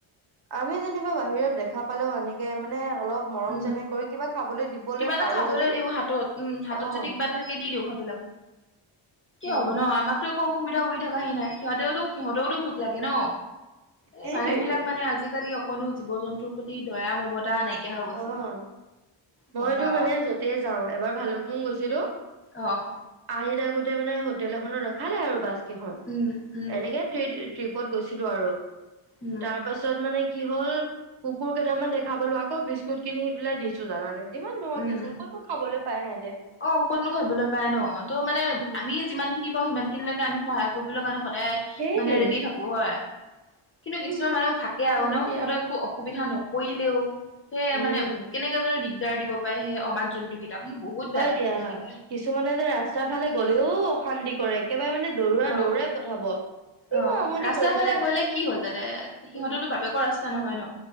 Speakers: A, on the right; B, on the left.
A: আমি যেনিবা বাহিৰত দেখা পালো আনেকে মানে অলপ মৰম
B: উম
A: চেনেহ কৰি, কিবা খাবলৈ দিবলৈ
B: কিবা এটা
A: পাৰোঁ
B: খাবলৈ
A: যদি,
B: দিওঁ হাতত উম হাতত
A: অ'।
B: যদি কিবা এটা থাকে দি দিওঁ কি
A: উম।
B: হ'ব ন আমাকতো একো অসুবিধা কৰি থাকাহি নাই সিহতেওো সিহঁতেওো লাগে ন এই
A: সেইটোৱেটো
B: মানুহ বিলাক মানে আজিকালি। অকনো জীৱ জন্তুৰ প্ৰতি দয়া মমতা নাইকিয়া হৈ গৈছে
A: অ' মইতো
B: কবা
A: মানে যতে যাওঁ এবাৰ ভালুকপুং গৈছিলো।
B: অ'
A: আহি থকাতে মানে হোটেল এখনত ৰখালে আৰু বাছ কেইখন
B: উম উম
A: এনেকেই ট্ৰিপত গৈছিলো আৰু
B: উম
A: তাৰ পাছত মানে কি হ'ল কুকুৰ কেইটামান দেখা পালো। আকৌ বিস্কুট কিনি পেলায় দিছো জানে যিমান নহয়
B: উম
A: দিয়াচোন কতোনো খাবলৈ পাই সিহঁতে।
B: অ' ক'তনো খাবলৈ পাই ন ত' মানে
A: উম,
B: আমি যিমান খিনি পাওঁ সিমান খিনি লৈকে আমি সহায় কৰিব কাৰণে। সদায়
A: সেইটোৱে।
B: মানে ৰেডি থাকো হয়। কিন্তু কিছুমান
A: উম,
B: মানুহ থাকে আৰু
A: হয়
B: ন
A: দিয়া।
B: সিহঁতক একো অসুবিধা নকৰিলেও। সেয়ে
A: উম,
B: মানে কেনেকে জানো দিগদাৰ দিব পায় সেই অমাত জন্তু কেইটাক মোক বহুত বেয়া। লাগে
A: এতিয়া
B: দেখিলে
A: কিছুমানে যে ৰাস্তাৰ ফালে গ'লেও অশান্তি কৰে। একেবাৰে মানে দৌৰা
B: অ
A: দৌৰাই পঠাব। কিনো
B: অ'
A: আমনি
B: ৰাস্তাৰ
A: কৰিলে
B: ফালে গ'লে কি হ'ল তাতে সিহঁততো
A: উম,
B: বাপেকৰ ৰাস্তা ৰাস্তা নহয় ন